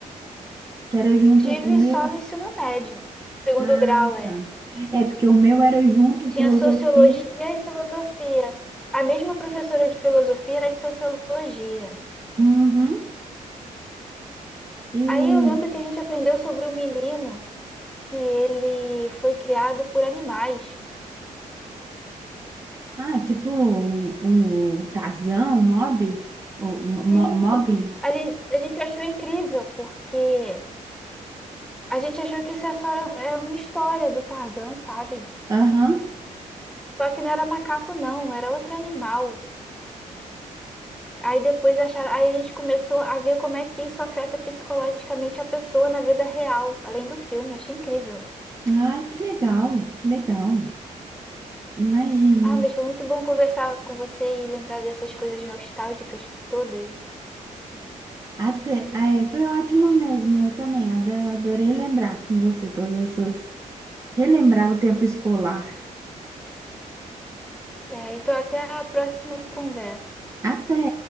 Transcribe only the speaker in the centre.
Tive
só no ensino médio. Segundo
grau, é.
Tinha
sociologia e filosofia. A mesma professora de filosofia era de sociologia.
Aí eu lembro que a gente aprendeu sobre um menino que ele foi criado por animais.
Sim.
A gente, a gente achou incrível, porque a gente achou que isso é só é uma história do Tarzan, sabe?
Só que não era macaco, não, era outro animal. Aí depois acharam, aí a gente começou a ver como é que isso afeta psicologicamente a pessoa na vida real, além do filme, achei incrível.
Ah, mas foi muito bom conversar com você e lembrar dessas coisas nostálgicas todas.
É, então até a próxima conversa.